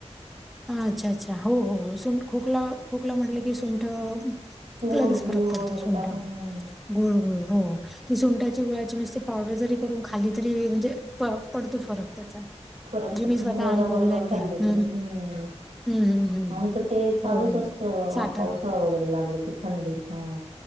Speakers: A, in the centre; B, on the right (about 80°).
A: हा अच्छा, अच्छा हो, हो सुंठ खोकला, खोकला म्हटलं की सुंट
B: सोंड
A: लगेच
B: गुळ
A: फरक पडतो
B: वगैरे
A: सुंट
B: टाकून
A: गुळ, गुळ हो की सुंटाची गुळाची नुसती पावडर जरी करून खाल्ली तरी म्हणजे पडतो फरक त्याचा
B: फरक
A: जे
B: पडतो
A: मी स्वतः
B: मधा
A: अनुभवलंय
B: बरोबर खाल्ली
A: ते हम्म
B: तरी हम्म
A: हम्म हम्म हम्म
B: आमचं ते चालूच
A: हो
B: असतं
A: साठण
B: पावसाळा वगैरे लागलं कि थंडीत हा